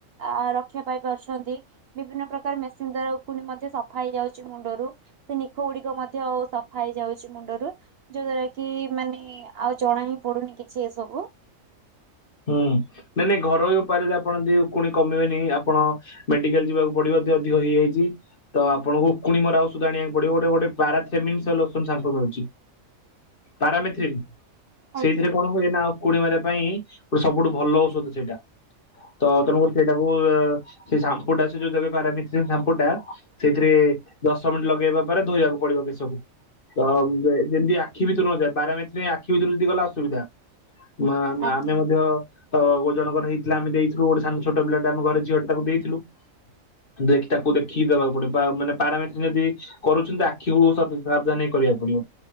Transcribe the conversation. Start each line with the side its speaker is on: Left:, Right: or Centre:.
Right: ଆ ରକ୍ଷା ପାଇ ପାରୁଛନ୍ତି। ବିଭିନ୍ନ ପ୍ରକାର ମେସିନ ଦ୍ଵାରା ଉକୁଣି ମଧ୍ୟ ସଫା ହେଇଯାଉଛି ମୁଣ୍ଡରୁ। ସେ ନିଖ ଗୁଡିକ ମଧ୍ୟ ସ ସଫା ହେଇଯାଉଛି ମୁଣ୍ଡରୁ, ଯୋଉ ଦ୍ଵାରା କି ମାନେ ଆଉ ଜଣା ହିଁ ପଡୁନି କିଛି ଏସବୁ।
Left: ହୁଁ ନାଇଁ ନାଇଁ ଘରୋଇ ଉପାୟରେ ଆପଣ ଯଦି ଉକୁଣି କମେଇବେନି ଆପଣ ମେଡିକାଲ ଯିବାକୁ ପଡିବ ଜ ଅଧିକ ହେଇଯାଇଛି। ତ ଆପଣଙ୍କୁ ଉକୁଣି ମରା ଔଷଧ ଆଣିଆକୁ ପଡିବ। ଗୋଟେ ଗୋଟେ ପାରାସେମି <inaudible> ଉକୁଣୀ ସାମ୍ପୁ ମିଳୁଛି। ପାରାମେଥିନ୍,
Right: ଆଜ୍ଞା
Left: ସେଇଥିରେ କଣ ହୁଏ ନା ଉକୁଣି ମାରିବା ପାଇଁ ସବୁଠୁ ଭଲ ଔଷଧ ସେଇଟା। ତ ତମକୁ ସେଇଟାକୁ ସେ ସାମ୍ପୁ ଟା ସେ ଯଉ ଦେବେ ପରମେଥ୍ରିନ ସାମ୍ପୁ ଟା ସେଇଥିରେ ଦଶ ମିନିଟ ଲଗେଇବା ପରେ ଧୋଇବାକୁ ପଡିବ କେଶକୁ। ତ ଯେମିତି ଆଖି ଭିତର କୁ ନଯାଏ, ପାରାମେଥ୍ରିନ ଆଖି ଭିତରକୁ ଯଦି ଗଲା ଅସୁବିଧା ମା ମା
Right: ଆଜ୍ଞା
Left: ତ ତ ବହୁତ୍ ଜଣଙ୍କର ହେଇଥିଲା ଆମେ ଦେଇଥିଲୁ, ଗୋଟେ ସା ଛୋଟ ପିଲାଟେ ଆମ ଘର ଝିଅଟେ ତାକୁ ଦେଇଥିଲୁ। ଦେଖି ତାକୁ ଦେଖିକି ଦେବାକୁ ପଡିବ ମାନେ ପାରାମେଟ୍ରି ଯଦି କରୁଛନ୍ତି ଆଖିକୁ ସତ ସାବଧାନ ହେଇକି କରିବାକୁ ପଡିବ।